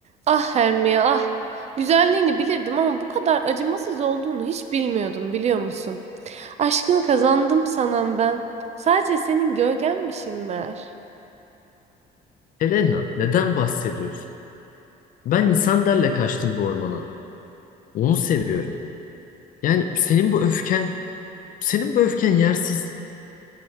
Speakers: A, on the right; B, on the left.
A: Ah Hermia ah. Güzelliğini bilirdim ama bu kadar acımasız olduğunu hiç bilmiyordum biliyor musun? Aşkını kazandım sanan ben. Sadece senin gölgenmişim meğer.
B: Elena, neden bahsediyorsun? Ben İsander'le kaçtım bu ormana. Onu seviyorum. Yani senin bu öfken, senin bu öfken yersiz.